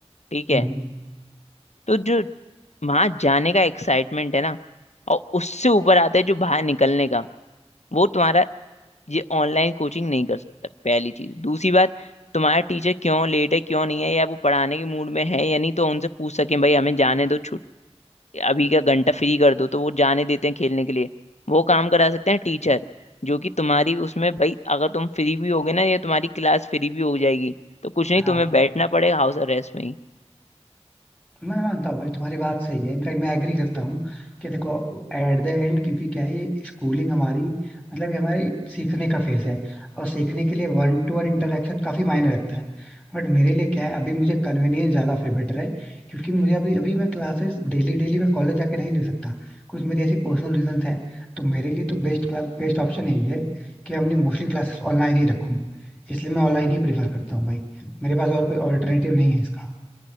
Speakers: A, on the left; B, in the centre.
A: ठीक है
B: हम्म
A: तो जो वहां जाने का एक्साइटमेंट है ना और उससे ऊपर आता है जो बाहर निकलने का वो तुम्हारा ये ऑनलाइन कोचिंग नहीं कर सकता पहली चीज दूसरी बात तुम्हारा टीचर क्यों लेट है क्यों नहीं है या वो पढ़ाने के मूड में है या नहीं तो उनसे पूछ सकें भाई हमें जाने दो अभी का घंटा फ्री कर दो तो वो जाने देते हैं खेलने के लिए वो काम करा सकते हैं टीचर जो कि तुम्हारी उसमें भाई अगर तुम फ्री भी होगे ना या तुम्हारी क्लास फ्री भी हो जाएगी तो कुछ नहीं
B: हाँ
A: तुम्हें बैठना पड़ेगा हाउस अरेस्ट में ही
B: मैं मानता हूँ भाई तुम्हारी बात सही है इनफैक्ट मैं एग्री करता हूँ कि देखो एट द एंड क्योंकि क्या है ये स्कूलिंग हमारी मतलब ये हमारी एक सीखने का फेस है और सीखने के लिए वन टू वन इंटरेक्शन काफी मायने रखता है बट मेरे लिए क्या है अभी मुझे कन्वीनियंस ज्यादा फेवरेट है क्योंकि मुझे अभी अभी मैं क्लासेस डेली डेली मैं कॉलेज जाके नहीं ले सकता कुछ मेरी ऐसी पर्सनल रीजंस हैं तो मेरे लिए तो बेस्ट बेस्ट ऑप्शन यही है कि अपनी मोस्टली क्लासेस ऑनलाइन ही रखूँ इसलिए मैं ऑनलाइन ही प्रेफर करता हूँ भाई मेरे पास और कोई ऑल्टरनेटिव नहीं है इसका